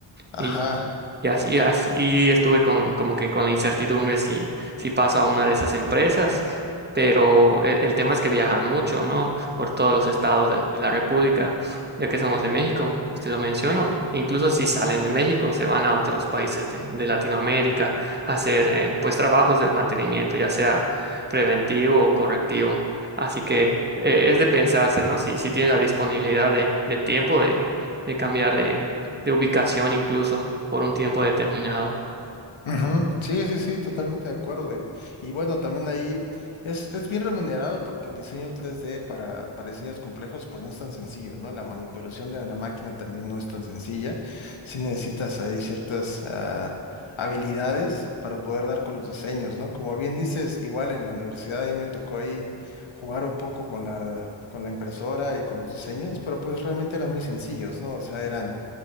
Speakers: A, on the left (about 85°); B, on the right (about 20°).
A: Ajá,
B: Y, y así, y así- estuve con, como que con la incertidumbre si, si paso a una de esas empresas, pero e- el, tema es que viajan mucho, ¿no? Por todos los estados de, de la República, ya que somos de México, pues te lo menciono. Incluso si
A: ajá.
B: salen de México, se van a otros países de, de Latinoamérica a hacer eh, pues trabajos de mantenimiento, ya sea preventivo o correctivo. Así que eh, es de pensarse, ¿no? Si, si tienes la disponibilidad de, de tiempo de, de cambiar de ubicación incluso por un tiempo determinado.
A: Ujú, Sí, sí, sí, totalmente de acuerdo. Y, y bueno, también ahí es, es bien remunerado porque el diseño 3D para, para diseños complejos pues no es tan sencillo, ¿no? La manipulación de la máquina también no es tan sencilla. Sí necesitas ahí ciertas ah, habilidades para poder dar con los diseños, ¿no? Como bien dices, igual en la universidad ahí me tocó ahí jugar un poco con la, con la impresora y con los diseños, pero pues realmente eran muy sencillos, ¿no? O sea, eran...